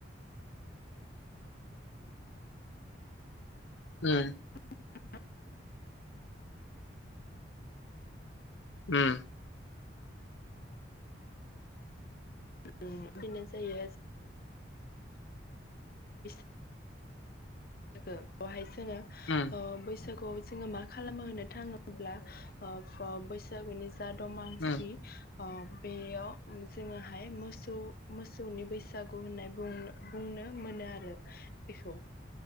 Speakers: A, on the left (about 75°); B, on the left (about 50°).
A: उम
B: <inaudible>
A: उम
B: उम बेनो जायो <unintelligible> <unintelligible> जोङो‌
A: उम
B: ओ बैसा खौ जोंङो मा खालामो होननो थाङोब्ला ओ बैसागुनि जा दमांसि
A: उम
B: ओ बेयाव जोङोहाय मोसौ मोसौनि बैसागु होननाय बुंनो बुंनो मोनो आरो बेखौ।